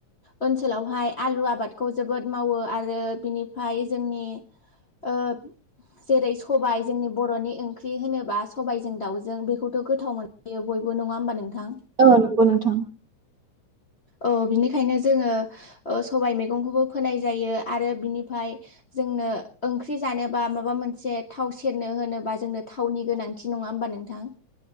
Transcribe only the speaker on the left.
ओनसोलावहाय आलु आबादखौ जोबोद मावो आरो बिनिफाय जोंनि ओ जेरै सबाय जोंनि बर'नि ओंख्रि होनोबा सबायजों दाउ जों बेखौथ' गोथाव मोन जायो बयबो नङा होमबा नोंथां।
औ बिनिखायनो जोङो ओ सबाय मैगंखौबो फोनाय जायो आरो बिनिफाय जोंनो ओंख्रि जानोबा माबा मोनसे थाव सेरनो होनोबा जोंनो थावनि गोनांथि नङा होनोमबा नों थां